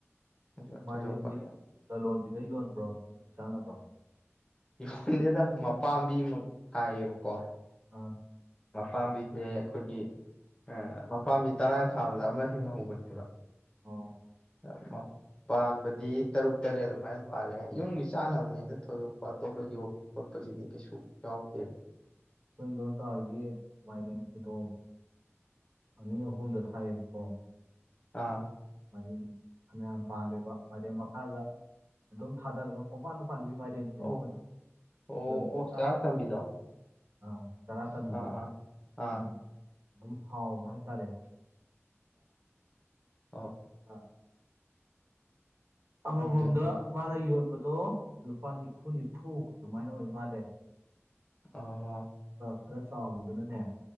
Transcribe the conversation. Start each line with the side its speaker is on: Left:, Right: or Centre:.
Left: ꯑꯗꯨ
Right: ꯃꯥꯏꯔꯦꯟꯗꯤ
Left: ꯊꯣꯏꯗꯣꯛꯄ ꯌꯥꯝ
Right: ꯂꯂꯣꯟꯕꯤꯗ ꯌꯣꯟꯕ꯭ꯔꯣ ꯏꯃꯨꯡꯒꯤ ꯆꯥꯅꯕ꯭ꯔꯣ
Left: ꯌꯣꯟꯗꯦꯗꯥ ꯃꯄꯥꯝꯕꯤ ꯑꯃ ꯊꯥꯏꯌꯦꯕꯀꯣ
Right: ꯑꯥ
Left: ꯃꯄꯥꯝꯕꯤꯖꯦ ꯑꯈꯣꯏꯒꯤ ꯑꯥ ꯃꯄꯥꯝꯕꯤ ꯇꯔꯥ ꯊꯥꯕꯗ ꯑꯃ ꯍꯤꯡꯍꯧꯕꯅꯦꯕꯥ
Right: ꯑꯣ
Left: ꯑꯥ ꯃ ꯄꯥꯟꯕꯗꯤ ꯇꯔꯨꯛ ꯇꯔꯦꯠ ꯑꯗꯨꯃꯥꯏꯅ ꯄꯥꯜꯂꯦ ꯌꯨꯝꯒꯤ ꯆꯥꯅꯕꯅꯤꯅ ꯊꯣꯏꯗꯣꯛꯄ ꯑꯇꯣꯞꯄ ꯌꯣꯟꯕ ꯈꯣꯠꯄ ꯍꯧꯖꯤꯛꯇꯤ ꯀꯩꯁꯨ ꯌꯥꯎꯗꯦꯗ
Right: ꯑꯩꯈꯣꯢ ꯏꯗꯣꯝꯆꯥꯍꯣꯢꯒꯤ ꯃꯥꯏꯔꯦꯟ ꯐꯩꯗꯣꯝ ꯑꯅꯤ ꯑꯍꯨꯝꯗ ꯊꯥꯏꯋꯦꯕꯀꯣ
Left: ꯑꯥ
Right: ꯃꯥꯢꯔꯦꯟ ꯐꯅꯌꯥꯝ ꯄꯥꯜꯂꯦꯕ ꯃꯥꯏꯔꯦꯟ ꯃꯈꯥꯗ ꯑꯗꯨꯝ ꯊꯥꯗꯔꯒ ꯄꯨꯡꯄꯥꯟꯗ ꯄꯥꯟꯕꯤ ꯃꯥꯢꯔꯦꯟꯗꯨꯅꯦꯕ
Left: ꯑꯣ
Right: ꯃꯣꯢꯗꯣ
Left: ꯑꯣ
Right: <unintelligible>
Left: ꯑꯣ ꯆꯥꯔ ꯇꯝꯕꯤꯗꯣ
Right: ꯑꯥ ꯆꯔꯥ ꯇꯝꯕꯤꯗꯣ
Left: ꯑꯥ ꯑꯥ ꯑꯥ
Right: ꯑꯗꯨꯝ ꯑꯗꯨꯝ ꯍꯥꯎꯕ ꯍꯥꯏꯇꯥꯔꯦ
Left: ꯑꯣ
Right: ꯑ ꯑꯃꯃꯝꯗ
Left: ꯑꯗꯨꯗꯤ
Right: ꯃꯥꯅ ꯌꯣꯟꯕ ꯗꯣ ꯂꯨꯄꯥ ꯅꯤꯐꯨ ꯅꯤꯐꯨ ꯑꯗꯨꯃꯥꯏꯅ ꯑꯣꯏ ꯃꯥꯜꯂꯦ
Left: ꯑꯥ
Right: ꯈꯔ ꯆꯥꯎꯕꯗꯨꯅꯅꯦ